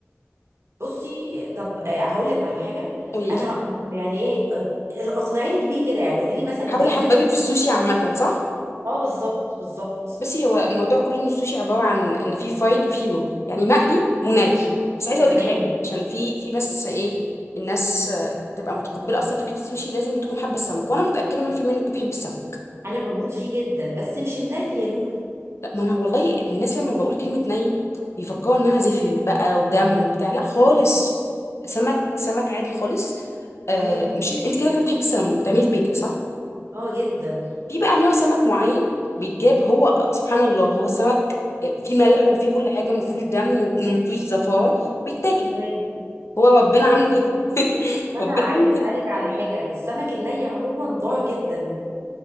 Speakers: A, on the right (about 65°); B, on the left (about 65°).
A: بصي إيه، طب آه، هقول لك على حاجه
B: قولي
A: انا
B: لي
A: ه- يعني ايه آه، اقنعيني بيه كده يعني قولي لي مثلا
B: حاول
A: جيديان
B: احببك في السوشي عامه صح
A: اه بالظبط بالظبط
B: بصي هو الموضوع كله ان السوشي عباره عن ان في فرايد وفي رو يعني مقلي وني بس عايزه اقول
A: تمام
B: لك حاجه عشان في في بس ايه الناس آه، تبقى متقبله اصلا فكره السوشي لازم تكون حابه السمك وانا متاكده 100% انك بتحب السمك
A: انا بموت فيه جدا بس مش الني يا لولو
B: ما انا والله الناس لما بقول كلمة ني بيفكروا انها زفر بقى ودم وبتاع لا خالص سمك سمك عادي خالص آه
A: مم.
B: مش انت كده كده بتحبي السلمون بتعمليه في بيتك صح
A: اه جدا
B: في بقى نوع سمك معين بيتجاب هو سبحان الله هو السمك آه، فيه ملح وفيه كل حاجة مفهوش دم ومفيهوش زفارة وبيتاكل
A: تمام
B: هو ربنا عامله كده <laughs>
A: انا
B: ربنا
A: عايزه
B: عامله
A: اسالك
B: كده
A: على حاجه السمك الني عموما ضار جدا